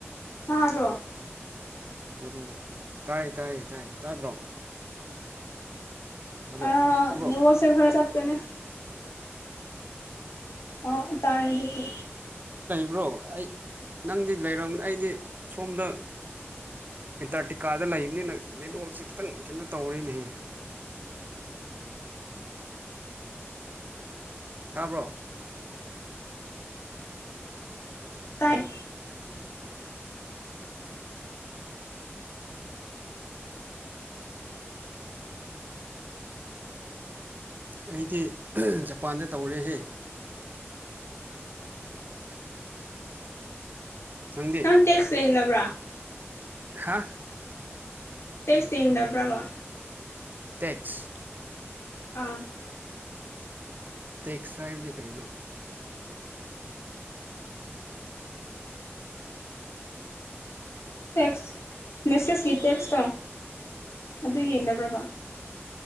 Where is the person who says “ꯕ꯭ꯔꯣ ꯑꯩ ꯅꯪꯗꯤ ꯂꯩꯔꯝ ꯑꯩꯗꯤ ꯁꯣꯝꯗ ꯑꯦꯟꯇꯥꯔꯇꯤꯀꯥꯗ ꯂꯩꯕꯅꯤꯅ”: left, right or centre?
Right